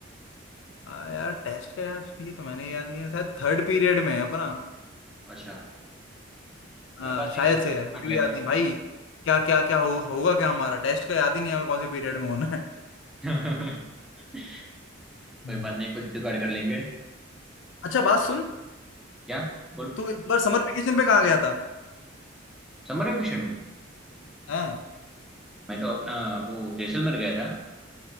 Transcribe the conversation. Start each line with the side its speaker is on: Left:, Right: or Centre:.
Left: आ, यार टेस्ट का यार ये तो मैंने याद नहीं है शायद थर्ड पीरियड में है अपना
Centre: अच्छा
Left: आ,
Centre: कोई बात
Left: शायद
Centre: नहीं तब
Left: से
Centre: तक
Left: है मुझे
Centre: पढ़ लेंगे
Left: भी याद नहीं भाई क्या क्या क्या हो, होगा क्या हमारा टेस्ट का याद ही नहीं है हमें कौन से पीरियड में होना है
Centre: <laughs> कोई
Left: हम्म।
Centre: बात नहीं कुछ जुगाड़ कर लेंगे
Left: अच्छा बात सुन
Centre: क्या बोल
Left: तू इस बार समर वेकेशन पे कहाँ गया था
Centre: समर वेकेशन में
Left: हाँ
Centre: मैं तो अपना वो जैसलमेर गया था